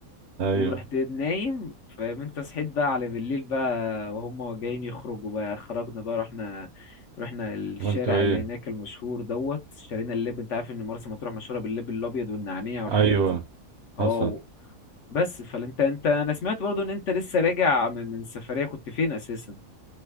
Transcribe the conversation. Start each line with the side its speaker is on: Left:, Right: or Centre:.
Right: أيوه
Left: ورحت نايم فاهم انت صحيت بقى على بالليل بقى وهم جايين يخرجوا بقى خرجنا بقى رحنا رحنا الشارع
Right: عملتوا إيه؟
Left: اللي هناك المشهور دوت اشترينا اللب انت عارف ان مرسى مطروح مشهورة باللب الابيض والنعناع والحاجات
Right: أيوه
Left: دي اه
Right: حصل
Left: بس فانت انت انا سمعت برضو ان انت لسه راجع من من سفرية كنت فين اساسا